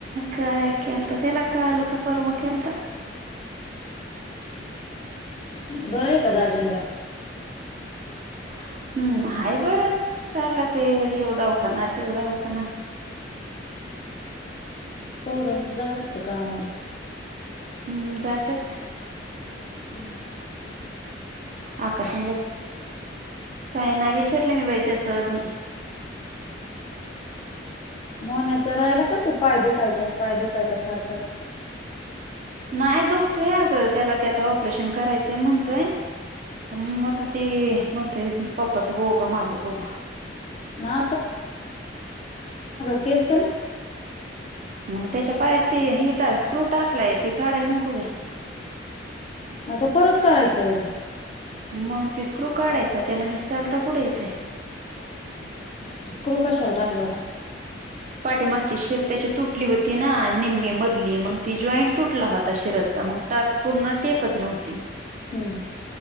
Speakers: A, on the right; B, on the left.
A: काय खलत त्याला काल का परम खलत. <inaudible>
B: बरं आहे का दाजनला
A: ह हम्म आहे बरं चाललाच आहे हेव दावखाना तेव द उखना ह
B: होर जद तर काला
A: हम्म जातत
B: हम्म
A: हाकास काही नाही विचारलं मी ब त्याचजून
B: मोण्याचं राहिल का तू पाय दुखायचा पाय दुखायचा सारखंच
A: नाही दुखतोय अगं त्याला ते आता ऑपरेशन करायचंय म्हणतोय पण मग आता ते म्हणतय पप्पाच बऊ का माझं बो
B: ना खळत ना
A: मग त्याच्या पायात ती हिटर स्क्रू टाकलाय त काढाय नको <unintelligible>
B: म परत करायचं वय ते
A: मग ते स्क्रू काढायचा त्याला नीट चालता पुढे येतं
B: क्रू कशाला टाकल होता
A: पाठीमागची शिर त्याची तुटली होती ना निम्मी मधली मग ती जॉईंट तुटला होता आता शिरचा मग तास पूर्ण टेकत नव्हती
B: हम्म